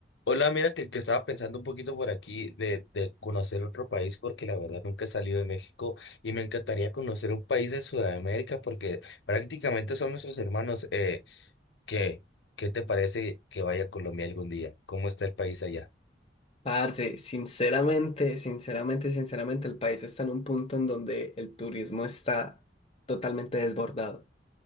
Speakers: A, on the left (about 75°); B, on the left (about 35°).
A: Hola, mira que, que estaba pensando un poquito por aquí de, de conocer otro país porque la verdad nunca he salido de México y me encantaría conocer un país de Sudamérica porque prácticamente son nuestros hermanos. Eh, ¿qué, qué te parece que vaya a Colombia algún día? ¿Cómo está el país allá?
B: Parce, sinceramente, sinceramente, sinceramente, el país está en un punto en donde el turismo está totalmente desbordado.